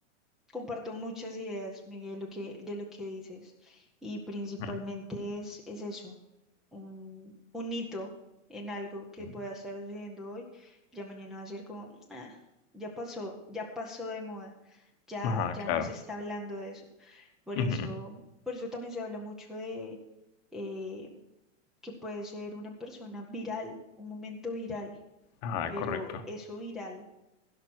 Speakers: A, in the centre; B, on the left.
A: comparto muchas ideas, Miguel, de lo que, de lo que dices. Y principalmente
B: Ajá,
A: es, es eso, un, un hito en algo que
B: Sí.
A: pueda estar sucediendo hoy. Ya mañana va a ser como, "Ah, ya pasó, ya pasó de moda, ya,
B: Ajá,
A: ya
B: claro.
A: no se está hablando de eso. Por
B: Ujú.
A: eso, por eso también se habla mucho de eh, que puede ser una persona viral, un momento viral,
B: Ajá,
A: pero
B: correcto.
A: eso viral.